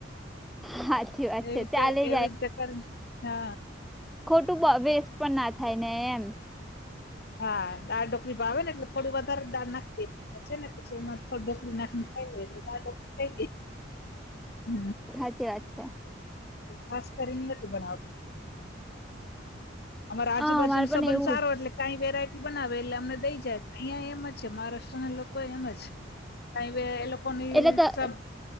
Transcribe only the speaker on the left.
એવીતે
એવી રીતે કર. હહ
હા દાળ ઢોકળી ભાવે ને ટેલે થોડી વધારે દાળ નાખી દે. છે. ને પછી એમાં થોડી ઢોકળી નાખી ને ખાઈ લે એટલે દાલ ડોકળી થઈ ગઈ. હ
ખાસ કરીને નથી બનાવતા. અમારે આજુબાજુનો
સંબંધ
સારો એટલે કઈ વેરાયટી બનાવે એટલે અમને દઈ જાય અહિયાં એમ જ છે. મહારાષ્ટ્રના લોકો એમ જ કઈ એ લોકો ની
સબ